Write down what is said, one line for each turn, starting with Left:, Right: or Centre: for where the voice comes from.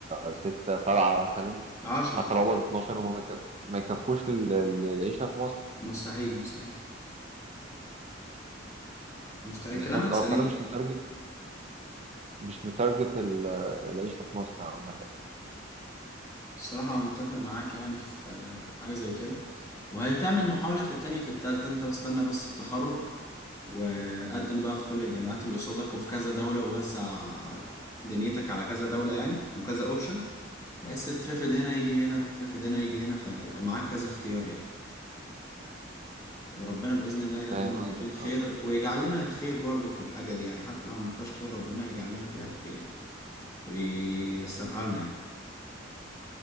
Right: سته سبعه مثلا
Left: عشرة
Right: حتى
Left: حتى
Right: لو هقبض 12 وما يك- ما يكفوش ال- ال- العيشه في مصر
Left: مستحيل مستحيل مستحيل
Right: بالظبط
Left: كلامك سليم
Right: اه فانا مش متارجت مش متارجت ال- العيشه في مصر عامه
Left: الصراحة أنا متفق معاك يعني في آه، حاجة زي كده وهتعمل محاولة في التانية في التالتة أنت بستنى بس التخرج وقدم بقى في كل الجامعات اللي قصادك وفي كذا دولة ووزع دنيتك على كذا دولة يعني وكذا اوبشن بحيث تترفض هنا يجي هنا تترفض هنا يجي هنا فيبقى معاك كذا اختيار يعني وربنا بإذن الله يقدم
Right: فاهم
Left: اللي
Right: قصدك
Left: فيه الخير
Right: اه
Left: ويجعل لنا الخير برضو في الحاجة دي يعني حتى لو ما فيهاش خير ربنا يجعل لنا فيها الخير يعني وييسرها لنا يعني